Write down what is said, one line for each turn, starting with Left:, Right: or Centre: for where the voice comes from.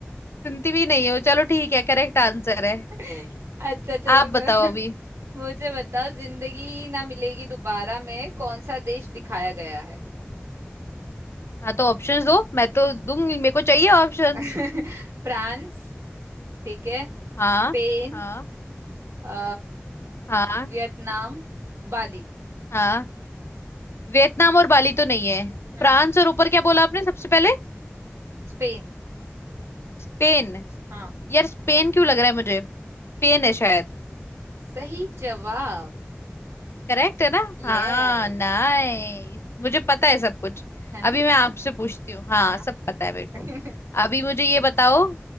Left: सुनती भी नहीं हो चलो ठीक है करेक्ट आंसर है
Right: अच्छा चलो
Left: आप
Right: मैं-
Left: बताओ अभी
Right: मुझे बताओ जिंदगी ना मिलेगी दोबारा में कौन सा देश दिखाया गया है
Left: हाँ तो ऑप्शंस दो मैं तो दूंगी मेरे को चाहिए ऑप्शंस
Right: <laughs> फ्रांस ठीक है
Left: हाँ
Right: स्पेन
Left: हाँ
Right: अ,
Left: हाँ
Right: वियतनाम बाली
Left: हाँ वियतनाम और बाली तो नहीं है
Right: हम्म
Left: फ्रांस और ऊपर क्या बोला आपने सबसे पहले
Right: स्पेन
Left: स्पेन
Right: हाँ
Left: यार स्पेन क्यों लग रहा है मुझे स्पेन है शायद
Right: सही जवाब
Left: करेक्ट है ना हाँ
Right: यस
Left: नाइस मुझे पता है सब कुछ
Right: है ना
Left: अभी मैं आपसे पूछती हूँ हाँ
Right: हाँ
Left: सब पता है मेरे को
Right: <laughs>
Left: अभी मुझे ये बताओ